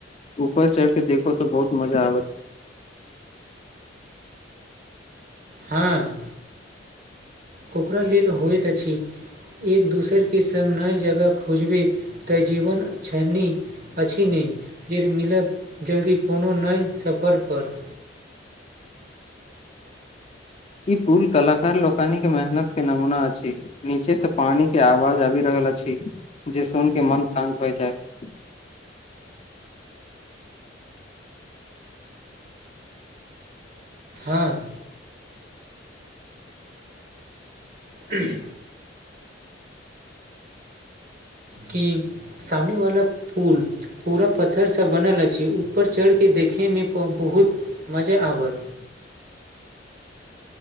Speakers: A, on the left; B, on the right.
A: ऊपर चढ़ के देखो तो बहुत मजा आबत
B: हँ ओकरा लेल होइत अछि एक दोसर के सङ्ग नइ जगह खोजबै तऽ जीवन छनि अछि नी फेर मिलब जल्दी कोनो नय सफर पर
A: ई पुल कलाकार लोकानी के मेहनत के नमूना अछि नीचे से पानी के आवाज आबि रहल अछि जे सुन के मन शान्त होए जायत
B: हँ उम्ह की सामने वाला पुल पूरा पत्थरसँ बनल अछि ऊपर चढ़िकऽ देखयमें ब बहुत मजा आबत